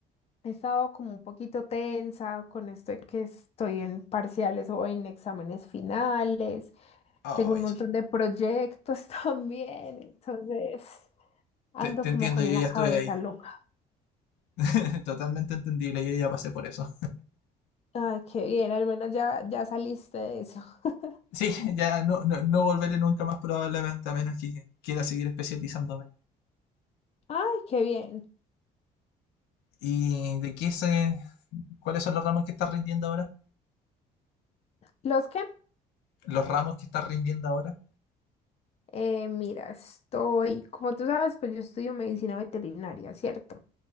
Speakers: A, on the left; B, on the left.
A: he estado como un poquito tensa con esto de que estoy en parciales o en exámenes finales.
B: Ay,
A: Tengo un montón de proyectos <laughs> también, entonces ando
B: te, te
A: como
B: entiendo,
A: con
B: yo
A: la
B: ya
A: cabeza
B: estuve ahí.
A: loca.
B: <laughs> Totalmente entendible, yo ya pasé por eso.
A: Ay, qué bien, al menos ya, ya saliste de eso. <laughs>
B: Sí, ya no, no, no volveré nunca más probablemente, a menos que quiera seguir especializándome.
A: Ay, qué bien.
B: ¿Y de qué se, cuáles son los ramos que estás rindiendo ahora?
A: ¿Los qué?
B: ¿Los ramos que estás rindiendo ahora?
A: Eh, mira, estoy, como tú sabes, pues yo estudio medicina veterinaria, ¿cierto?